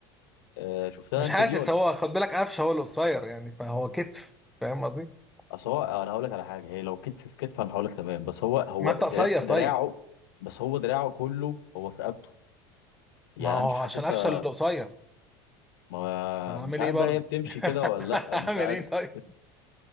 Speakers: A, on the left; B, in the centre.
A: آه شفتها
B: مش
A: انت
B: حاسس
A: دي ولا
B: هو خد بالك قفشه هو القصير يعني فهو كتف فاهم قصدي
A: اصل هو انا هقول لك على حاجه هي لو كتف في كتف انا هقول لك تمام بس هو هو
B: ما انت
A: درا-
B: قصير
A: دراعه
B: طيب
A: بس هو دراعه كله هو في رقبته يعني
B: ما هو
A: انا مش حاسسها
B: عشان قفشه اللي قصير
A: ما
B: انا
A: مش
B: هعمل
A: عارف
B: ايه برضه
A: بقى هي بتمشي
B: <laughs>
A: كده ولا لا
B: هعمل
A: مش عارف
B: ايه طيب